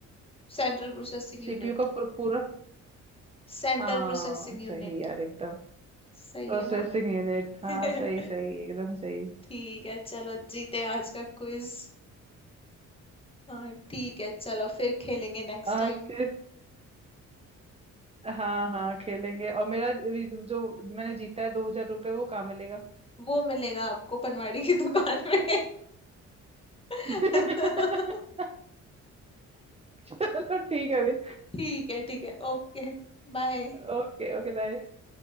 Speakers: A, on the left; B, on the right.
A: Central processing
B: सीपीयू
A: unit
B: का पूर- पूरा
A: Central
B: हाँ
A: processing
B: सही
A: unit
B: यार एकदम
A: सही
B: प्रोसेसिंग
A: है ना
B: यूनिट हाँ
A: <laughs>
B: सही सही एकदम सही
A: ठीक है चलो जीते आज
B: <laughs>
A: का क्विज हाँ ठीक है चलो फिर खेलेंगे नेक्स्ट
B: आज
A: टाइम
B: के हाँ हाँ खेलेंगे और मेरा अभी जो मैंने जीता है दो हजार रुपये वो कहाँ मिलेगा
A: वो मिलेगा आपको पनवाड़ी की दुकान में <laughs>
B: <laughs> चलो ठीक है अभी
A: ठीक है ठीक है ओके बाय
B: Okay okay bye